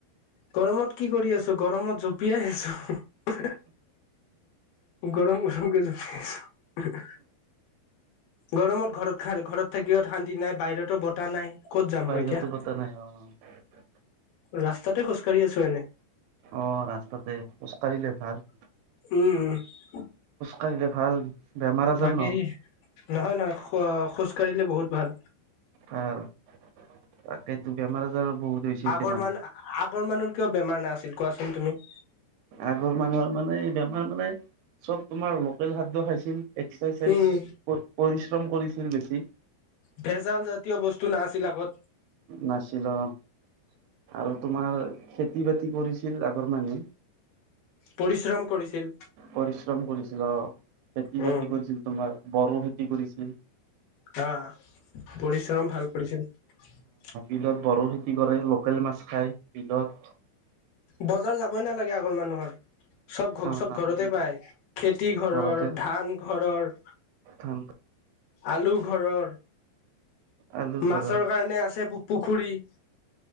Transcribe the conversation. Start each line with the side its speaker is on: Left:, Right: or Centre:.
Left: গৰমত কি কৰি আছো, গৰমত জপিয়াই আছো। গৰম গৰম কে জপিয়াই আছো। গৰমত ঘৰত খাৰ ঘৰত থাকিও শান্তি নাই, বাহিৰতো বতাহ নাই। ক'ত যাম
Right: বাহিৰতো
Left: মই এতিয়া
Right: বতাহ নাই, অ',
Left: ৰাস্তাতে খোজকাঢ়ি আছো এনে।
Right: অ', ৰাস্তাতে খোজকাঢ়িলে ভাল।
Left: উ'ম, উ'ম।
Right: কাঢ়িলে ভাল। বেমাৰ আজাৰ
Left: বাকী নহয়, নহয়। খোৱা খোজকাঢ়িলে বহুত ভাল।
Right: ভাল, তাকেইতো বেমাৰ আজাৰ বহুত হৈছে
Left: আগৰ
Right: এতিয়া মানুহ
Left: মান আগৰ মানুহ কিয় বেমাৰ না আছিল কোৱাচোন তুমি?
Right: আগৰ মানুহৰ মানে এই বেমাৰ মানে চব তোমাৰ লোকেল খাদ্য খাইছি এক্সাৰচাইজ,
Left: উম
Right: পৰি পৰিশ্ৰম কৰিছিল বেছি। তি।
Left: ভেজাল জাতীয় বস্তু না ছিল আগত।
Right: নাছিল অ, আৰু তোমাৰ খেতি-বাতি কৰিছিল আগৰ মানুহে।
Left: পৰিশ্ৰম কৰিছিল।
Right: পৰিশ্ৰম কৰিছিল অ', খেতি
Left: উম।
Right: বাতি কৰিছিল তোমাৰ বৰোখেতি কি কৰিছিল।
Left: হা পৰিশ্ৰম ভাল কৰিছিল। <unintelligible>
Right: ঈদত বৰ খেতি কৰে লোকেল মাছ খায়। বিনোদ।
Left: বজাৰ যাবই নালাগে আগৰ মানুহৰ চব ঘ
Right: খাব
Left: চব
Right: নালাগে
Left: ঘৰতে পায় খেতি ঘৰৰ
Right: ঘৰতে
Left: ধান ঘৰৰ
Right: ধান
Left: আলু ঘৰৰ
Right: আলু ঘৰৰ
Left: মাছৰ কাৰণে আছে। সেবোৰ পুখুৰী।